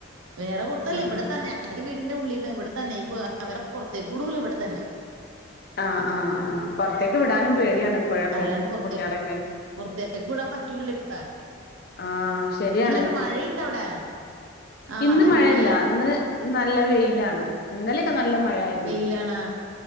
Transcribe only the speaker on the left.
ആഹ്
ആഹ് ആഹ് ആഹ് പുറത്തേക്ക് വിടാനും പേടിയാണ് ഇപ്പോഴൊക്കെ
കുട്ടികളെയൊക്കെ
ആഹ് ശരിയാണ്
ഇന്ന്
മഴയല്ല ഇന്ന് നല്ല വെയിലാണ് ഇന്നലെക്കെ നല്ല മഴ ആയിരുന്നു